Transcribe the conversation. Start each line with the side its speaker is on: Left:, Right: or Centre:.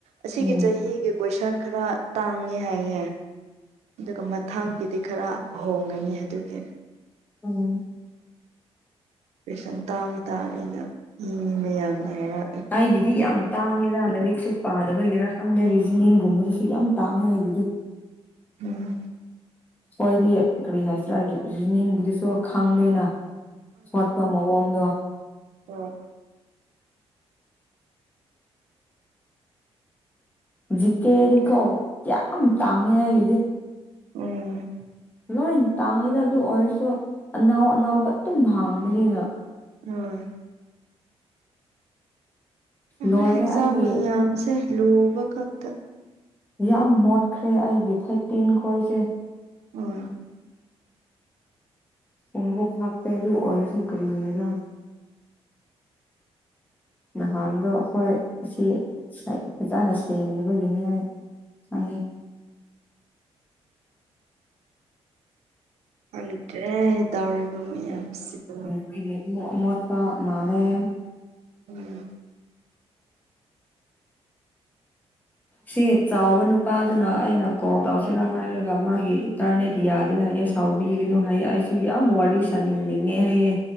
Right: ꯑꯁꯤꯒꯤ
Left: ꯎꯝ
Right: ꯆꯍꯤꯒꯤ ꯀꯣꯏꯁꯟ ꯈꯔ ꯇꯥꯡꯉꯦ ꯍꯥꯏꯌꯦ ꯑꯗꯨꯒ ꯃꯊꯥꯡꯒꯤꯗꯤ ꯈꯔ ꯍꯣꯡꯉꯅꯤ ꯑꯗꯨꯒꯤ
Left: ꯎꯝ
Right: ꯄꯦꯁꯟ ꯇꯥꯡꯉꯤ ꯇꯥꯡꯉꯤ ꯅ ꯃꯤ ꯃꯌꯥꯝꯅ ꯍꯥꯏꯔꯛꯑꯦ
Left: ꯑꯩꯒꯤꯗꯤ ꯌꯥꯝ ꯇꯥꯡꯉꯦꯗ ꯂꯥꯏꯔꯤꯛꯁꯨ ꯄꯥꯗꯕꯒꯤꯔꯥ ꯈꯪꯗꯦ ꯔꯤꯖꯅꯤꯡꯒꯨꯝꯕꯗꯨꯁꯨ ꯌꯥꯝ ꯇꯥꯡꯉꯦ ꯑꯩꯒꯤꯗꯤ <inaudible>
Right: ꯎꯝ
Left: ꯈꯣꯏꯗꯤ ꯀꯔꯤ ꯍꯥꯏꯁꯤꯔꯥ ꯔꯤꯖꯅꯤꯡꯒꯤꯗꯨꯁꯨ ꯈꯪꯗꯦꯅ ꯁꯣꯠꯄ ꯃꯑꯣꯡꯗꯣ
Right: ꯎꯝ
Left: ꯖꯤꯛꯀꯦꯗꯤꯀꯣ
Right: ꯑꯣꯀꯦ
Left: ꯌꯥꯝ ꯇꯥꯡꯉꯦ ꯑꯩꯒꯤꯗꯤ
Right: ꯎꯝ
Left: ꯂꯣꯏ ꯇꯥꯡꯉꯤꯗ ꯑꯗꯨ ꯑꯣꯏꯔꯁꯨ ꯑꯅꯥꯎ ꯑꯅꯥꯎꯕ ꯑꯗꯨꯝ ꯍꯥꯡꯕꯅꯤꯅ
Right: ꯎꯝ
Left: ꯂꯣꯏꯔꯦ
Right: ꯑꯦꯛꯖꯥꯝ
Left: ꯑꯩꯒꯤ
Right: ꯃꯌꯥꯝꯁꯦ ꯂꯨꯕ ꯈꯛꯇ
Left: ꯌꯥꯝ ꯃꯣꯠꯈ꯭ꯔꯦ ꯑꯩꯒꯤ ꯐꯥꯏꯇꯤꯟ ꯈꯣꯏꯁꯦ
Right: ꯎꯝ
Left: ꯎꯪ ꯒꯔ꯭ꯨꯞ ꯍꯥꯞꯄꯦ ꯑꯗꯨ ꯑꯣꯔꯁꯨꯨ ꯀꯔꯤꯔ ꯅꯍꯥꯟꯗꯣ ꯍꯣꯏ ꯁꯤ ꯐꯖꯅꯥ ꯁꯦꯡꯗꯕꯒꯤꯅꯦ ꯈꯪꯉꯦ
Right: ꯈꯪꯗ꯭ꯔꯦ ꯇꯧꯔꯤꯕ ꯃꯌꯥꯝꯁꯤꯕꯨ
Left: ꯑꯩꯈꯣꯏꯒꯤ ꯑꯃꯣꯠꯇꯄ ꯃꯥꯜꯂꯦ
Right: ꯎꯝ
Left: ꯁꯤ ꯆꯥꯎꯕ ꯅꯨꯄꯥꯗꯨꯅ ꯑꯩꯅ ꯀꯣꯜ ꯇꯧꯁꯤꯔꯥ ꯍꯥꯏꯔꯒ ꯃꯥꯒꯤ ꯏꯟꯇꯔꯅꯦꯠ ꯌꯥꯗꯦ ꯍꯥꯏꯌꯦ ꯁꯥꯎꯕꯤꯔꯤꯅꯨ ꯍꯥꯏꯌꯦ ꯑꯩꯁꯨ ꯌꯥꯝ ꯋꯥꯔꯤ ꯁꯥꯟꯅꯅꯤꯡꯉꯦ ꯍꯥꯏꯌꯦ